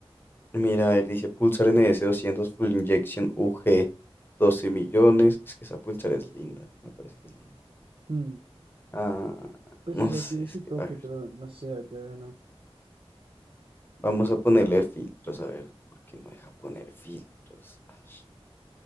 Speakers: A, on the left; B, on the right.
A: Mira, él dice Pulsar NS 200 Full Injection UG, 12 millones. Es que esa Pulsar es linda, me parece que es linda.
B: Mm,
A: Ah,
B: pues,
A: no
B: o sea,
A: sé,
B: tiene
A: es
B: su
A: que,
B: toque,
A: a ver.
B: pero no sé, ahorita ya no.
A: Vamos a ponerle filtros, a ver, ¿por qué no deja poner filtros? Ash.